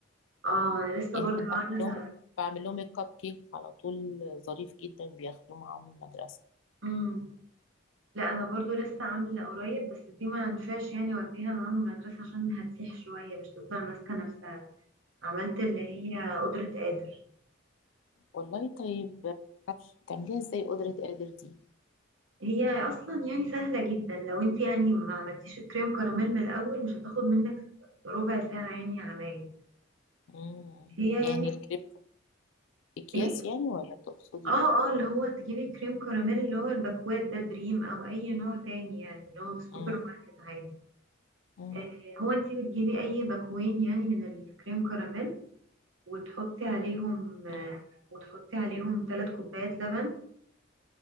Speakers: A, on the right; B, on the left.
A: اه انا لسه
B: يعني
A: برضو
B: كنت
A: عامله
B: أعمل لهم بعمل لهم الكب كيك على طول آه، ظريف جدا بياخدوه معاهم المدرسة
A: امم لا انا برضو لسه عامله قريب بس دي ما ينفعش يعني اوديها معاهم المدرسه عشان هتسيح شويه مش تفضل ماسكه نفسها عملت اللي هي قدرة قادر
B: والله طيب معرفش بتعمليها ازاي قدرة قادر دي
A: هي اصلا يعني سهله جدا لو انت يعني ما عملتيش الكريم كراميل من الاول مش هتاخد منك ربع ساعه يعني عمايل
B: مم.
A: هي
B: يعني
A: يعني
B: الكريب أكياس
A: ايه
B: يعني ولا تقصدي
A: اه
B: إيه؟
A: اه اللي هو تجيبي الكريم كراميل اللي هو الباكوات ده دريم او اي نوع تاني يعني اللي هو في السوبر
B: مم.
A: ماركت عادي
B: مم.
A: آه هو انت بتجيبي اي باكوين يعني من الكريم كراميل وتحطي عليهم آه
B: مم.
A: وتحطي عليهم ثلاث كوبايات لبن